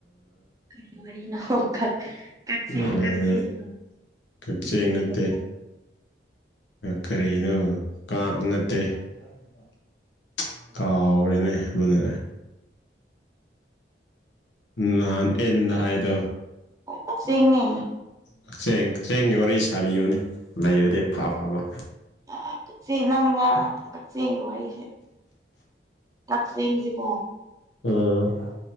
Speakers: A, on the right; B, on the left.
A: ꯀꯔꯤ ꯋꯥꯔꯤꯅ ꯀꯥꯛꯆꯦꯡꯒꯤ
B: ꯎꯝ
A: ꯋꯥꯔꯤ ꯂꯩ
B: ꯀꯛꯆꯦꯡ
A: ꯀꯔꯤꯅ
B: ꯅꯠꯇꯦ ꯀꯔꯤꯅꯣ ꯀꯥꯡ ꯅꯠꯇꯦ ꯌꯥ <inaudible> ꯀꯥꯎꯔꯦꯅꯦ ꯃꯗꯨ ꯅꯍꯥꯟ ꯑꯦꯟ ꯅ ꯍꯥꯏꯗ
A: ꯀꯛꯆꯦꯡꯅꯦ꯫
B: ꯀꯛꯆꯦꯡ ꯀꯛꯆꯦꯡꯒꯤ ꯋꯥꯔꯤ ꯁꯥꯕꯤꯌꯨꯅꯤ ꯂꯩꯔꯗꯤ ꯐ ꯐꯕ
A: ꯑ ꯀꯛꯆ ꯅꯪ ꯉ ꯀꯛꯆꯦꯡꯒꯤ ꯋꯥꯔꯤꯁꯦ ꯀꯛꯆꯦꯡꯁꯤ ꯀꯣ
B: ꯎꯝ